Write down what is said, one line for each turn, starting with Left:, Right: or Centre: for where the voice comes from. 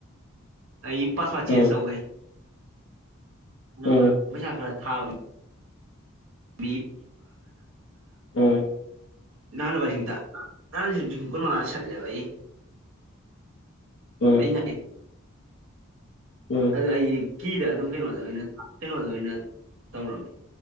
Right: ꯑꯩ ꯄꯥꯁꯋꯥꯠ ꯆꯦꯟꯁ
Left: ꯎꯝ
Right: ꯇꯧꯈꯔꯦ ꯅꯪꯅ
Left: ꯎꯝ
Right: ꯄꯩꯁꯥ ꯈꯔ ꯊꯥꯕ <unintelligible>
Left: ꯎꯝ
Right: ꯉꯔꯥꯡꯁꯨ ꯂꯤꯁꯤꯡ ꯀꯨꯟꯃꯉꯥ ꯁꯠꯂꯦꯕ ꯑꯩ
Left: ꯎꯝ
Right: ꯑꯩꯅ
Left: ꯎꯝ
Right: ꯑꯗꯨ ꯑꯩ ꯀꯤꯗ ꯑꯗꯨꯝ ꯀꯩꯅꯣꯗ ꯑꯣꯏꯅ ꯀꯩꯅꯣꯗ ꯑꯣꯏꯅ ꯇꯧꯔꯝꯃꯦ